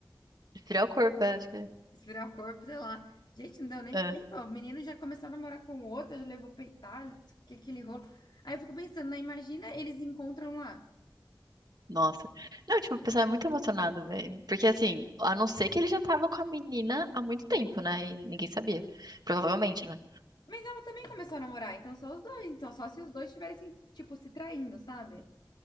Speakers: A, on the right (about 65°); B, on the left (about 75°).
A: Esfriar o corpo, é, acho que é.
B: Esfriar o corpo, sei lá. Gente, não deu nem
A: É,
B: tempo. O menino já começou a namorar com outra, já levou pra Itália, que aquele rolo. Aí eu fico pensando, né? Imagina eles encontram lá.
A: nossa. Não, tipo, o pessoal é muito emocionado, velho. Porque, assim, a não ser que ele já tava com a menina há muito tempo, né? E ninguém sabia. Provavelmente, né?
B: Mas ela também começou a namorar, então só os dois. Então só se os dois estivessem, tipo, se traindo, sabe?